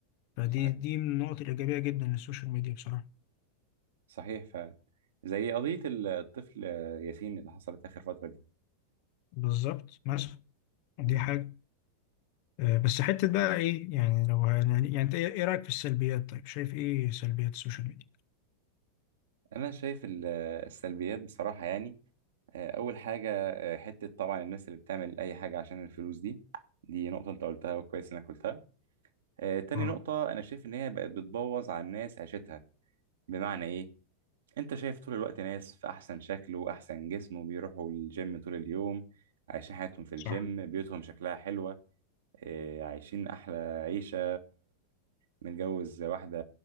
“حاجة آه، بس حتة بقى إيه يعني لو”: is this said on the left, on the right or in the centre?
Left